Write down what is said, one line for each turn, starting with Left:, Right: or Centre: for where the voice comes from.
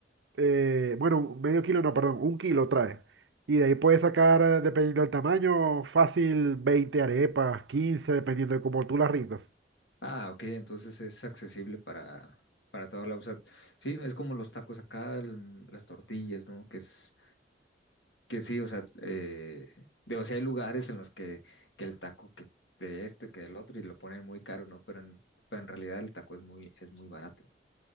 Right: eh, bueno, medio kilo, no, perdón, un kilo trae. Y de ahí puedes sacar, eh, dependiendo del tamaño, fácil 20 arepas, 15 dependiendo de cómo tú las rindas.
Left: Ah, ok, entonces es accesible para, para toda la, o sea, sí, es como los tacos acá, el- las tortillas, ¿no? Que es que sí, o sea, eh, de- o sea, hay lugares en los que, que el taco que de esto, que del otro, y lo ponen muy caro, ¿no? Pero en, pero en realidad el taco es muy, es muy barato.